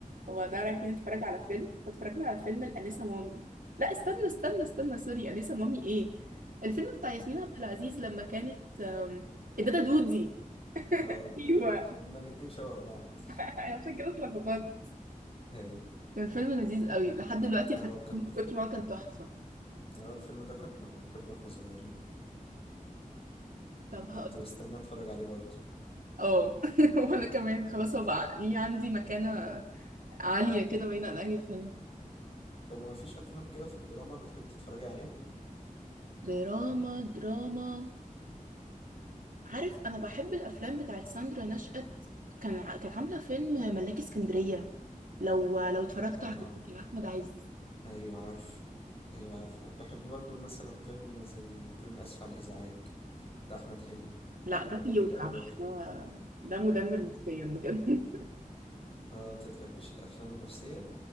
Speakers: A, on the right; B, on the left.
A: وبعدها رايحين نتفرج على فيلم فاتفرجنا على فيلم الانسه مامي لا استنى استنى استنى سوري انسه مامي ايه الفيلم بتاع ياسمين عبد العزيز لما كانت أم، الدادا دودي
B: اه ده-
A: ايوه
B: ده- ده- هما الاتنين شبه بعض
A: <laughs> عشان كده اتلخبطت
B: <laughs> ايوه
A: كان فيلم لذيذ قوي لحد دلوقتي
B: اه
A: فاكرين
B: وكان
A: من
B: في...
A: كتر ما هو كان تحفة
B: اه الفيلم ده كنا بنحبه واحنا صغيرين
A: طب
B: كنت
A: هقولك
B: بستنى اتفرج عليه برضه
A: اه <laughs> وانا كمان خلاص هو بقى ليه عندي مكانة عالية كده بعيدة عن اي فيلم
B: طب ما فيش افلام كده في الدراما بتحب تتفرج عليها
A: دراما دراما عارف انا بحب الافلام بتاعت ساندرا نشأت كان ع- كانت عاملة فيلم ملاكي اسكندرية لو لو اتفرجت
B: اه
A: عليه بتاع احمد عز
B: ايوه عارف ايوه عارف وبحب برضه مثلا فيلم زي فيلم اسف على الازعاج بتاع احمد حلمي
A: لا
B: فيلم
A: ده بيوجع
B: جميل قوي
A: بقى
B: برضه
A: ده ده مدمر نفسيا بجد
B: اه انت بتحبش الافلام النفسيه